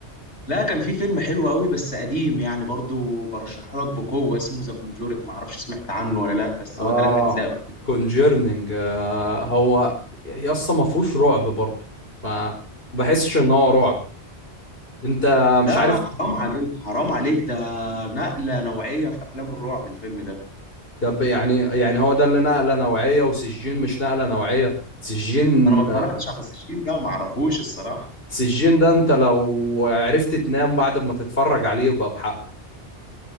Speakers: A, on the left; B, on the left.
A: لا كان في فيلم حلو قوي بس قديم يعني برضو برشحه لك بقوة اسمه ذا كونجورك ما اعرفش سمعت عنه ولا لا بس
B: اه
A: هو ثلاث اجزاء
B: كونجيرنينج هو يا اسطى ما فيهوش رعب برضه ما بحسش ان هو رعب انت
A: لا
B: مش عارف
A: لا حرام عليك حرام عليك ده نقلة نوعية في افلام الرعب الفيلم ده
B: طب يعني يعني هو ده اللي نقله نوعيه وسجين مش نقله نوعيه سجين
A: ما انا ما اتفرجتش
B: آه،
A: على السجين ده ما اعرفوش الصراحة
B: سجين ده انت لو عرفت تنام بعد ما تتفرج عليه يبقى بحق